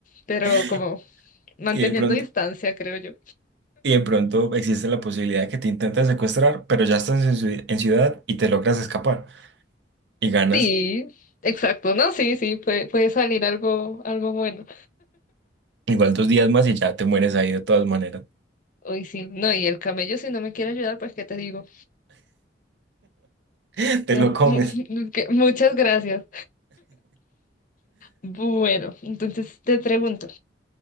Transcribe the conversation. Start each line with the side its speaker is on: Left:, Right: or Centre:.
Left: pero
Right: <laughs>
Left: como manteniendo
Right: Y de pronto,
Left: distancia, creo yo.
Right: y de pronto existe la posibilidad de que te intenten secuestrar, pero ya estás en, ciu- en ciudad y te logras escapar y ganas
Left: Sí, exacto, no, sí, sí, puede, puede salir algo, algo bueno.
Right: igual dos días más y ya te mueres ahí de todas maneras.
Left: Uy, sí, no, y el camello si no me quiere ayudar, pues qué te digo.
Right: <laughs> Te
Left: Ya,
Right: lo
Left: mu-
Right: comes.
Left: <laughs> que- Muchas gracias. Bueno, entonces te pregunto,